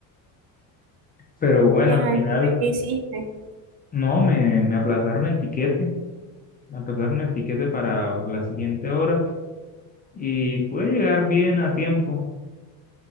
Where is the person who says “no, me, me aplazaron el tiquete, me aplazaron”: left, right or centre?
Left